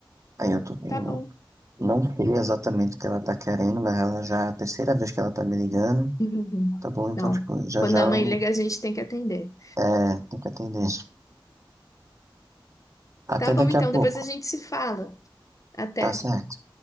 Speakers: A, on the right (about 35°); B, on the left (about 40°).
A: Aí eu tô,
B: Tá bom.
A: não sei exatamente o que ela tá querendo, mas ela já é a terceira vez que ela tá me ligando.
B: <laughs>
A: Tá bom, então,
B: Não.
A: tipo, já
B: Quando
A: já
B: a
A: eu
B: mãe liga, a gente tem que atender.
A: é, tenho que atender. Até
B: Tá bom,
A: daqui
B: então,
A: a pouco.
B: depois a gente se fala. Até.
A: Tá certo.